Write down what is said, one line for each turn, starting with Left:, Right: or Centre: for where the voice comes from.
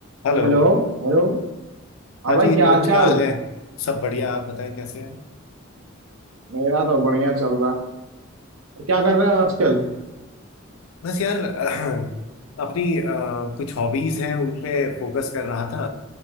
Left: Hello
Right: हेलो हेलो हाँ
Left: हाँ
Right: भाई
Left: जी
Right: क्या
Left: दोस्त
Right: हाल
Left: क्या
Right: चाल
Left: हाल है सब बढ़िया आप बताएं कैसे हैं
Right: मेरा तो बढ़िया चल रहा है और क्या कर रहे हो आजकल
Left: बस यार <clears throat> अपनी अ, कुछ हॉबीज हैं उन पे फोकस कर रहा था